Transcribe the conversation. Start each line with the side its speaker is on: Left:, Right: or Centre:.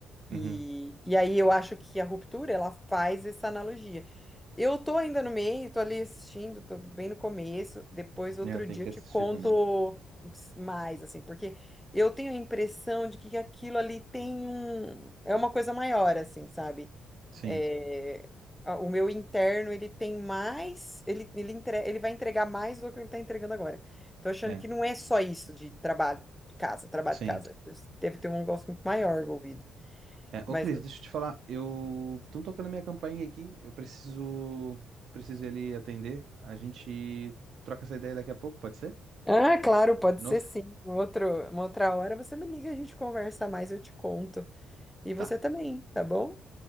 Centre: E,
Right: uhum.
Centre: e aí eu acho que a ruptura, ela faz essa analogia. Eu tô ainda no meio, tô ali assistindo, tô bem no começo, depois outro
Right: É, eu tenho
Centre: dia
Right: que
Centre: eu te
Right: assistir
Centre: conto
Right: também.
Centre: mais, assim, porque eu tenho a impressão de que aquilo ali tem um... é uma coisa maior, assim, sabe?
Right: Sim,
Centre: É, a- o meu interno, ele tem mais, ele, ele, entre- ele vai entregar mais do que ele tá entregando agora. Tô achando
Right: é,
Centre: que não é só isso de trabalho, casa, trabalho,
Right: sim.
Centre: casa. Deve ter um negócio muito maior envolvido.
Right: É,
Centre: Mas,
Right: ô Cris, deixa eu te falar, eu... Estão tocando minha campainha aqui, eu preciso... Preciso ir ali atender. A gente troca essa ideia daqui a pouco, pode ser?
Centre: ah, claro, pode
Right: De
Centre: ser
Right: novo?
Centre: sim. Um outro, uma outra hora você me liga, a gente conversa mais, eu te conto. E você
Right: Tá,
Centre: também, tá bom?